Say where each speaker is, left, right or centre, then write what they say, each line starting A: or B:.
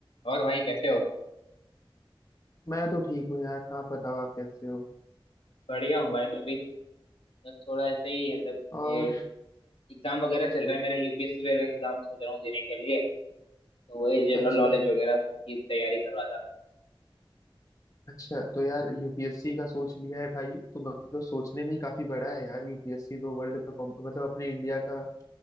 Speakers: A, on the left (about 75°); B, on the left (about 35°).
A: और भाई कैसे हो
B: मैं तो ठीक हूँ यार आप बताओ आप कैसे हो
A: बढ़िया हूँ भाई मैं भी बस थोड़ा ऐसे ही मतलब
B: और
A: ये एग्जाम वगैरह चल रहा है मेरा यूपीएससी वगैरह एग्जाम सोच रहा हूँ देने के लिए तो वही
B: अच्छा
A: जनरल नॉलेज वगैरह की तैयारी कर रहा था
B: अच्छा तो यार यूपीएससी का सोच लिया है भाई तो मतलब सोचने में ही काफी बड़ा है यार यूपीएससी तो वर्ल्ड का कॉम- मतलब अपने इंडिया का